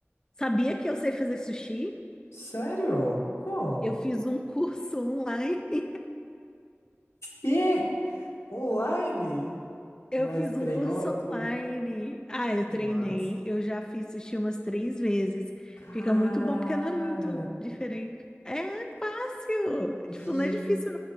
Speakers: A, on the left (about 15°); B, on the left (about 80°).
A: Sabia que eu sei fazer sushi?
B: Sério? Como?
A: Eu fiz um curso online. <laughs>
B: E online?
A: Eu
B: Mas
A: fiz
B: treinou
A: um curso
B: tudo.
A: online. Ah, eu
B: Mas,
A: treinei. Eu já fiz sushi umas três vezes.
B: cara.
A: Fica muito bom, porque não é muito diferente. É fácil.
B: E
A: Tipo, não é difícil,